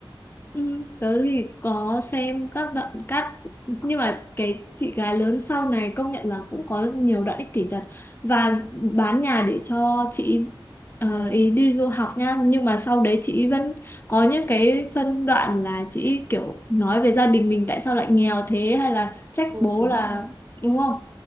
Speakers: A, on the left (about 25°); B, on the right (about 30°).
A: Ừ, tớ thì có xem các đoạn cắt nhưng mà cái chị gái lớn sau này công nhận là cũng có nhiều đoạn ích kỷ thật và bán nhà để cho chị ờ,
B: Ồ
A: ý đi du học nha nhưng mà sau đấy chị vẫn có những cái phân đoạn là chị kiểu nói về gia đình mình tại sao lại nghèo thế hay là trách
B: ừ
A: bố
B: đúng
A: là
B: rồi
A: đúng không